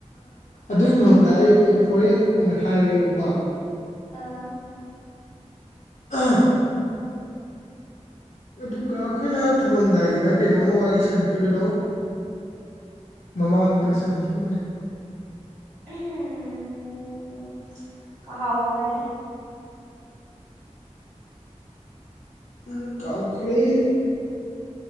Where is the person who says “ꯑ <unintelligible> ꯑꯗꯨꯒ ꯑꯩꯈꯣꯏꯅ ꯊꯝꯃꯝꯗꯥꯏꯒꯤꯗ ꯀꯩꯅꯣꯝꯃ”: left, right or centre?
Left